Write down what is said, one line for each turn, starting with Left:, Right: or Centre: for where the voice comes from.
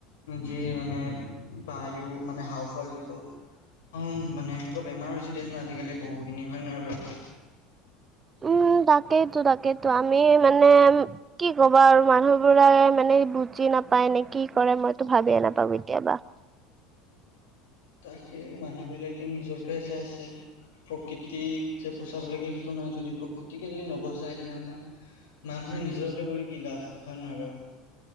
Left: যি মানে বা ই মানে হাউফৰ যিটো অ' মানে সেনেকুৱা বেমাৰ হৈছে দিয়াচোন আজিকালি বহু খিনি হয় নে নহয় বাৰু
Right: উম, তাক তাকেই তাকেইতো আমি মানে কি ক'বা আৰু মানুহ বোৰে মানে বুজি নাপায় নে কি কৰে মইতো ভাবিয়ে নাপাওঁ কেতিয়াবা।
Left: তাকে মানুহ বিলাকে নিজৰহে চাইছে। প্ৰকৃতিক যে বচাব লাগে সেইটো নাই যদি প্ৰকৃতিকে যদি নবচায় তেনেহ'লে মানুহ মানহে নিজৰ বাবে কৰি কি লাভ হয় নহয় বাৰু।